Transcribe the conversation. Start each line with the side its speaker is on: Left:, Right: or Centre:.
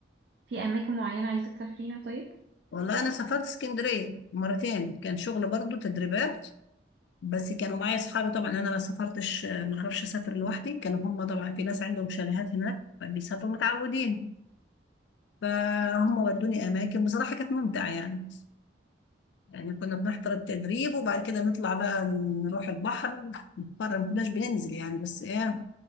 Right: في اماكن معينة عايزة تسافريها طيب
Left: والله انا سافرت اسكندريه مرتين كان شغل برضو تدريبات بس كانوا معايا اصحابي طبعا انا ما سافرتش ما اعرفش اسافر لوحدي كانوا هم طبعا في ناس عندهم شاليهات هناك فبيسافروا متعودين فهم ودوني اماكن بصراحه كانت ممتعه يعني يعني كنا بنحضر التدريب وبعد كده نطلع بقى نروح البحر نتفرج ما كناش بننزل يعني بس ايه